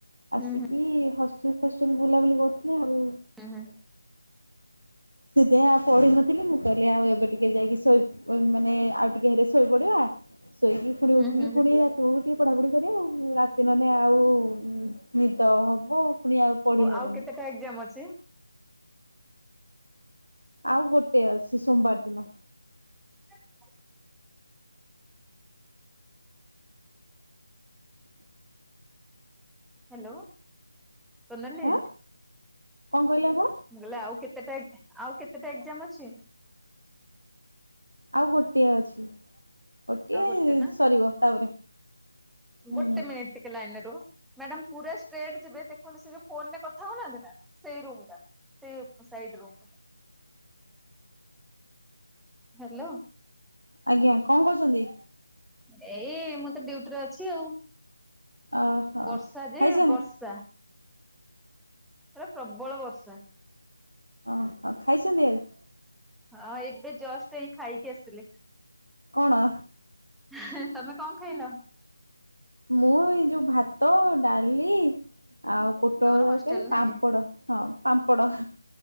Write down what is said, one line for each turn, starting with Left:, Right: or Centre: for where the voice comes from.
Centre: ହୁଁ
Right: ଆସିକି ହଷ୍ଟେଲ ହଷ୍ଟେଲ ବୁଲାବୁଲି କରୁଥିଲେ ଆଉ
Centre: ହୁଁହୁଁ।
Right: ସେଥିପାଇଁ ଆଉ ପଢି‌ ନଥିଲି ମୁଁ କହି ହିଲି ଆଉ ଏବେ ଟିକେ ଯାଇକି ଶୋଇ ଉମ୍ ମାନେ ଆଉ ଟିକେ ହେଲେ ଶୋଇପଡିବା। ଶୋଇକି ପୁଣି
Centre: ହୁଁ
Right: ଉଠିକି
Centre: ହୁଁ
Right: ପୁଣି
Centre: ହୁଁ
Right: ରାତିରୁ ଉଠିକି ପଢ଼ାପଢ଼ି କରିବା ଆଉ ରାତି ନହେଲେ ଆଉ ନିଦ ହବ ପୁଣି ଆଉ ପଢି ହବନି
Centre: ଆଉ କେତେଟା ଏକ୍ଜାମ୍ ଅଛି?
Right: ଆଉ ଗୋଟେ ଅଛି ସୋମବାର ଦିନ।
Centre: <unintelligible> ହ୍ୟାଲୋ, ସୋନାଲିି।
Right: ଆଁ କଣ କହିଲେ ଆପଣ?
Centre: ମୁଁ କହିଲି ଆଉ କେତେଟା ଏକ୍ ଆଉ କେତେଟା ଏକ୍ଜାମ୍ ଅଛି?
Right: ଆଉ ଗୋଟିଏ ଅଛି, ଗୋଟିଏ-ଏ
Centre: ଆଉ ଗୋଟେ
Right: ଏଇ
Centre: ନା
Right: ସରିବ ତାପରେ। ହୁଁ
Centre: ଗୋଟେ ମିନିଟ୍ ଟିକେ ଲାଇନ୍ ରେ ରୁହ। ମ୍ୟାଡାମ୍ ପୁରା ଷ୍ଟ୍ରେଟ୍ ଯିବେ ଦେଖନ୍ତୁ ସେ ଯୋଉ ଫୋନରେ କଥା ହଉନାହାନ୍ତି ନା ସେଇ ରୁମଟା। ସେ ସାଇଡ୍ ରୁମଟା। ହ୍ୟାଲୋ।
Right: ଆଜ୍ଞା କଣ କରୁଛନ୍ତି?
Centre: ଏଇ ମୁଁ ତ ଡ୍ୟୁଟିରେ ଅଛି ଆଉ,
Right: ଅହ
Centre: ବର୍ଷା ଯେ
Right: ଖାଇଛନ୍ତି
Centre: ବର୍ଷା ପୁରା ପ୍ରବଳ ବର୍ଷା।
Right: ଓ ହୋ, ଆଉ ଖାଇଛନ୍ତି ଆ? <inaudible>
Centre: ହଁ ଏବେେ ଜଷ୍ଟ ଏଇ ଖାଇକି ଆସିଲି।
Right: କଣ?
Centre: ହେଁ ତମେ କଣ ଖାଇଲ?
Right: ମୁଁ ଏଇ ଯୋଉ ଭାତ, ଡାଲି ଆଉ ପୋ ପୋଟଳ
Centre: ତମର
Right: ତରକାରୀ
Centre: ହଷ୍ଟେଲ
Right: ପାମ୍ପଡ଼
Centre: ନାଇଁ କି?
Right: ହଁ ପାମ୍ପଡ଼।